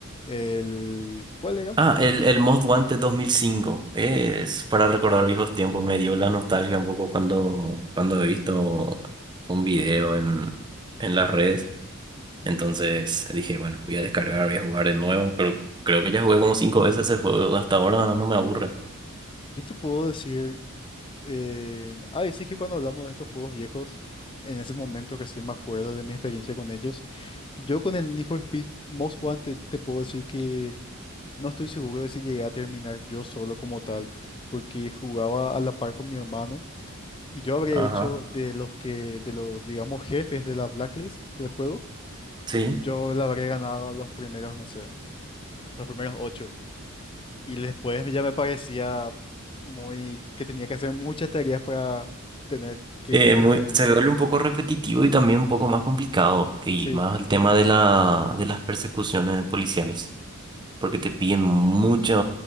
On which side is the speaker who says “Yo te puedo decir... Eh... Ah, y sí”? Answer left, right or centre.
Left